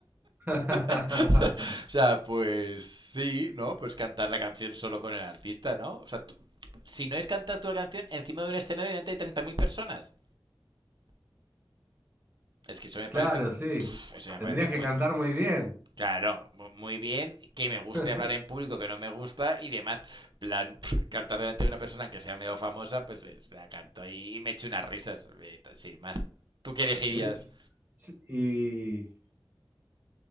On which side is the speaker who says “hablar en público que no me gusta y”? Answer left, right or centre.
Right